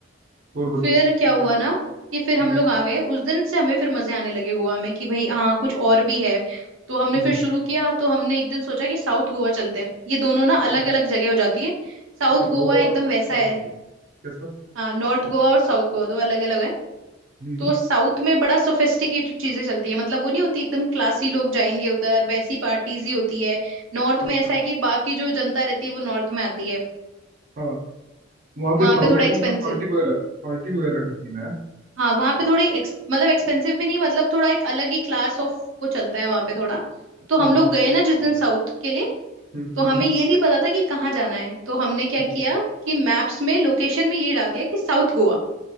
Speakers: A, on the right; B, on the right.
A: और बताओ
B: फिर
A: फिर
B: क्या हुआ
A: क्या
B: ना कि फिर हम
A: हम्म
B: लोग आ गए उस दिन से हमें फिर मजे आने लगे गोवा में कि भाई हाँ कुछ और भी है तो हमने
A: हम्म
B: फिर शुरू किया तो हमने एक दिन सोचा कि साउथ गोवा चलते हैं ये दोनों ना
A: अच्छा
B: अलग अलग जगह हो जाती है साउथ
A: अच्छा
B: गोवा
A: गोवा
B: एकदम
A: और
B: वैसा
A: साउथ
B: है
A: में कैसा
B: हाँ नॉर्थ गोवा और साउथ गोवा दो अलग अलग है
A: हम्म
B: तो साउथ में बड़ा सोफिस्टिकेटेड चीजें चलती है मतलब वो नहीं होती एकदम क्लासी लोग जाएंगे उधर वैसी पार्टीज
A: अच्छा
B: ही होती है नॉर्थ
A: अच्छा
B: में ऐसा है कि बाकी जो जनता रहती है वो नॉर्थ में आती है
A: हाँ वहाँ पे
B: वहां
A: साउथ
B: पे थोड़ा एक्सपेंसिव
A: में मतलब पार्टी वगैरह पार्टी वगैरह का सीन है
B: हाँ वहां पे थोड़ी एक्स, मतलब एक्सपेंसिव भी नहीं मतलब थोड़ा एक अलग ही क्लास ऑफ वो चलता है वहां पे थोड़ा तो हम
A: हाँ मतलब
B: लोग गए
A: क्लासिक
B: ना जिस दिन
A: लोग
B: साउथ
A: हैं
B: के लिए
A: हम्म
B: तो
A: हम्म
B: हमें ये नहीं पता था कि कहाँ जाना है तो हमने क्या
A: अच्छा
B: किया कि मैप्स में लोकेशन में ये डाल दिया कि साउथ गोवा